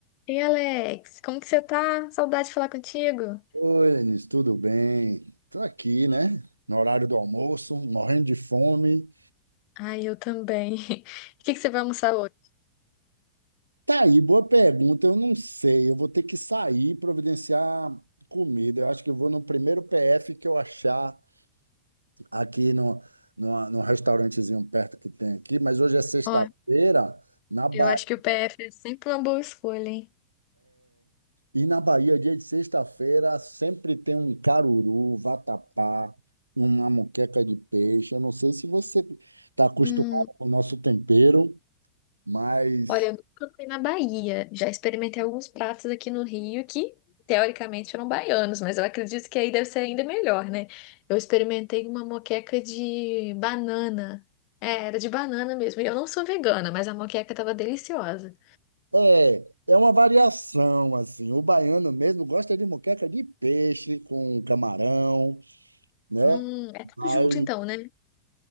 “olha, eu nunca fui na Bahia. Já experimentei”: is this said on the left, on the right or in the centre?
Left